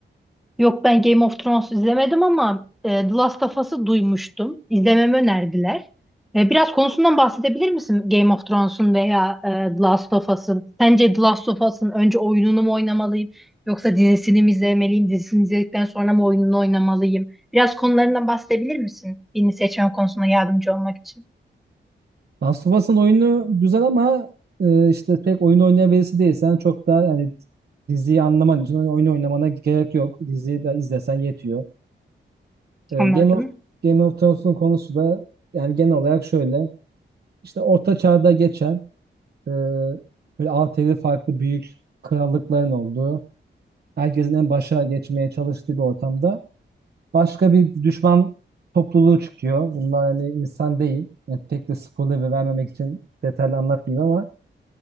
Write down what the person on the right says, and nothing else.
Last of Us'ın oyunu güzel ama e, işte pek oyun oynayan birisi değilsen çok da yani diziyi anlaman için oyun oynamana gerek yok. Diziyi de izlesen yetiyor. Ee,
Game of Game of Thrones'un konusu da yani genel olarak şöyle. İşte Orta Çağ'da geçen e, böyle altılı farklı büyük krallıkların olduğu, herkesin en başa geçmeye çalıştığı bir ortamda başka bir düşman topluluğu çıkıyor. Bunlar hani insan değil. Yani pek de spoiler vermemek için detaylı anlatmayayım ama